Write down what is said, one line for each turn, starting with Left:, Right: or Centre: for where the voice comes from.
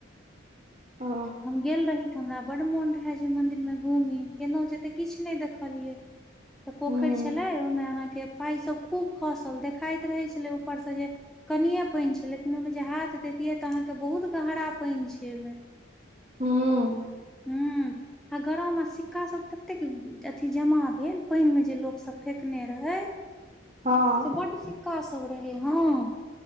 Centre: -
Right: ओ
Centre: <inaudible> हम गेल रही। हमरा बड्ड मोन रहै जे मन्दिर मे घूमी गेलहुँ जे त किछ नै देखलियै। त पोखैर
Right: हूँ
Centre: छलै ओइमे अहाँके पाइ सब खूब खसल। देखाइत रहै छलै ऊपर सं जे कनिए पैन छै, लेकिन ओइमे जे हाथ दैतियै त अहाँके बहुत गहरा पाइन छै ओइमे।
Right: हुं-
Centre: हूं आ गरम आ सिक्का सब ततेक अथी जमा भेल, पाइनमे जे लोक सब फेेंकने रहै।
Right: हँ
Centre: से बड्ड सिक्का सब रहै हँ।